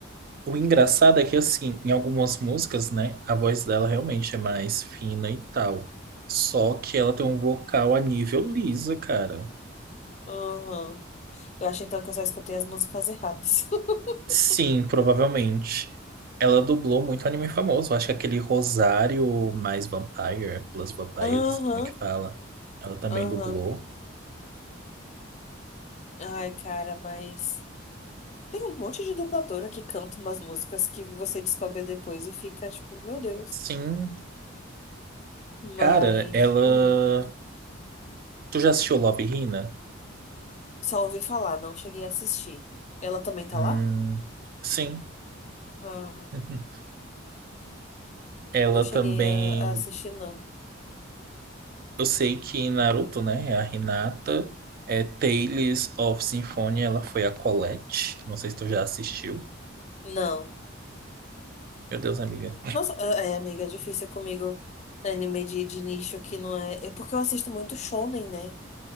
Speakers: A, on the right; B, on the left.
A: o engraçado é que, assim, em algumas músicas, né, a voz dela realmente é mais fina e tal. Só que ela tem um vocal a nível Lisa, cara.
B: Aham. Eu achei então que eu só escutei as músicas erradas. <laughs>
A: Sim, provavelmente. Ela dublou muito anime famoso. Acho que aquele Rosário mais Vampire, Plus Vampire,
B: Aham,
A: não sei como é que fala. Ela também
B: aham.
A: dublou.
B: Ai, cara, mas. Tem um monte de dubladora que canta umas músicas que você descobre depois e fica tipo, meu Deus.
A: Sim.
B: Mas.
A: Cara, ela.
B: hum.
A: Tu já assistiu Love, Hina?
B: Só ouvi falar, não cheguei a assistir. Ela também tá
A: Hum,
B: lá?
A: sim.
B: Ah,
A: <laughs> Ela
B: não cheguei
A: também.
B: a, a assistir, não.
A: Eu sei que em Naruto, né? é A Hinata. É Tales of Symphonia, ela foi a Colette. Não sei se tu já assistiu.
B: Não.
A: Meu Deus, amiga.
B: Nossa, é, é, amiga, é difícil comigo anime de, de nicho que não é. É porque eu assisto muito shonen, né?